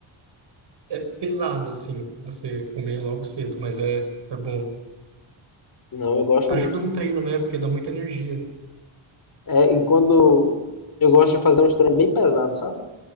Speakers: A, on the right; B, on the left.
A: É pesado assim, pra você comer logo cedo, mas é, é bom.
B: Não, eu gosto
A: Ajuda
B: muito.
A: no treino, né? Porque dá muita energia.
B: É, e quando eu gosto de fazer uns treinos bem pesados, sabe?